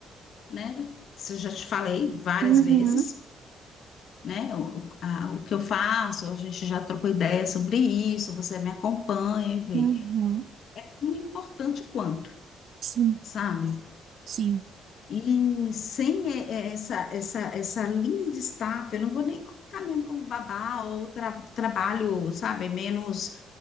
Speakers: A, on the left; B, on the right.
A: né? Isso eu já te falei várias
B: uhum,
A: vezes, né? O, a- o que eu faço, a gente já trocou ideia sobre isso, você me acompanha e vê.
B: uhum.
A: É tão importante quanto,
B: Sim,
A: sabe?
B: sim,
A: E sem e- e- essa, essa, essa linha de staff, eu não vou nem colocar mesmo como babá ou tra- trabalho, sabe, menos